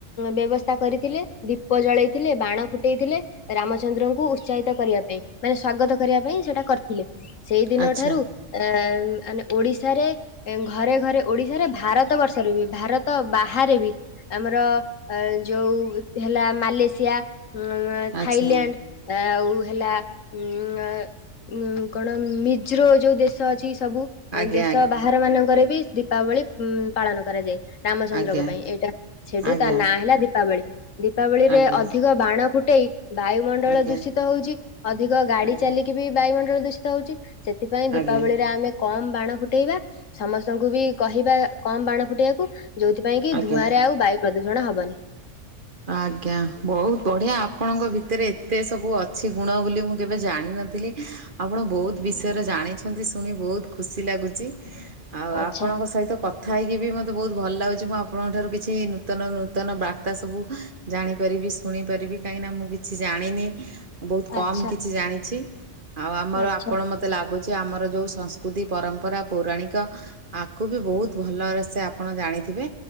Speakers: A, on the left; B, on the right.
A: ବ୍ୟବସ୍ଥା କରିଥିଲେ ଦୀପ ଜଳେଇଥିଲେ ବାଣ ଫୁଟେଇଥିଲେ ରାମଚନ୍ଦ୍ରଙ୍କୁ ଉତ୍ସାହିତ କରିବା ପାଇଁ ମାନେ ସ୍ଵାଗତ କରିବା ପାଇଁ ସେଇଟା କରିଥିଲେ। ସେଇଦିନ
B: ଆଚ୍ଛା
A: ଠାରୁ ଆଁ ଆନେ ଓଡିଶାରେ ଏଁନ ଘରେ ଘରେ ଓଡିଶାର ଭାରତ ବର୍ଷରୁ ବି ଭାରତ ବାହାରେ ବି ଆମର ଅ ଯୋଉ ହେଲା ମାଲେସିଆ ଉଁ
B: ଆଚ୍ଛା
A: ଥାଇଲାଣ୍ଡ ଆଉ ହେଲା ଉଁ ଉଁ କଣ ମିଜ୍ରୋ ଯୋଉ ଦେଶ ଶ ଅଛି ସବୁ
B: ଆଜ୍ଞା
A: ଦେଶ ବାହାରେ ମାନଙ୍କରେ ବି ଦୀପାବଳି ଉଁ ପାଳନ କରାଯାଏ। ରାମଚନ୍ଦ୍ରଙ୍କ
B: ଆଜ୍ଞା
A: ପାଇଁ ଏଇଟା ସେଠୁ
B: ଆଜ୍ଞା
A: ତା ନାଁ
B: ଆଜ୍ଞା
A: ହେଲା ଦୀପାବଳି ଦୀପାବଳିରେ
B: ଆଜ୍ଞା
A: ଅଧିକ ବାଣ ଫୁଟେଇ ବାୟୁମଣ୍ଡଳ
B: ଆଜ୍ଞା
A: ଦୂଷିତ ହଉଛି ଅଧିକ ଗାଡି
B: ଆଜ୍ଞା
A: ଚାଲିକି ବି ବାୟୁମଣ୍ଡଳ ଦୂଷିତ ହଉଛି ସେଥିପାଇଁ ଦୀପାବଳି
B: ଆଜ୍ଞା
A: ରେ ଆମେ କମ ବାଣ ଫୁଟେଇବା ସମସ୍ତଙ୍କୁ ବି କହିବା କମ ବାଣ ଫୁଟେଇବାକୁ ଯୋଉଥିପାଇଁ କି
B: ଆଜ୍ଞା
A: ଧୂଆଁରେ ଆଉ ବାୟୁ ପ୍ରଦୂଷଣ ହବନି।
B: ଆଜ୍ଞା ବହୁତ ବଢିଆ ଆପଣଙ୍କ ଭିତରେ ଏତେ ସବୁ ଅଛି ଗୁଣ ବୋଲି ମୁଁ କେବେ ଜାଣିନ ଥିଲି ଆପଣ ବହୁତ ବିଷୟରେ ଜାଣିଛନ୍ତି ଶୁଣି ବହୁତ ଖୁସି ଲାଗୁଛି। ଆଉ
A: ଆଚ୍ଛା
B: ଆପଣଙ୍କ ସହିତ କଥା କଥା ହେଇକି ବି ମୋତେ ବହୁତ ଭଲ ଲାଗୁଛି ମୁଁ ଆପଣଙ୍କ ଠାରୁ କିଛି ନୂତନ ନୂତନ ବାର୍ତ୍ତା ସବୁ ଜାଣିପାରିବି ଶୁଣିପାରିବି କାହିଁକିନା ମୁଁ କିଛି ଜାଣିନି। ବହୁତ କମ୍
A: ଆଚ୍ଛା
B: କିଛି ଜାଣିଛି ଆଉ ଆମର
A: ଆଚ୍ଛା
B: ଆପଣ ମ ତେ ଲାଗୁଛି ଆମର ଯୋଉ ସଂସ୍କୃତି ପରମ୍ପରା ପୌରାଣିକ ଆକୁ ବି ବହୁତ ଭଲରେ ସେ ଆପଣ ଜାଣିଥିବେ।